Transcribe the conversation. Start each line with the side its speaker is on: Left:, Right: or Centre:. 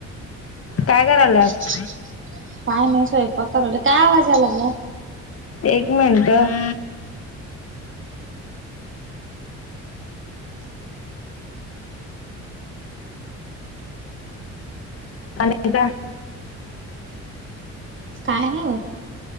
Left: काय
Right: काय
Left: करायलास
Right: नाही स्वयंपाक स्वयंपाक करायलो काय आवाज यायला लागलाय?
Left: एक मिनटं आणि काय?
Right: काय नाही बघ.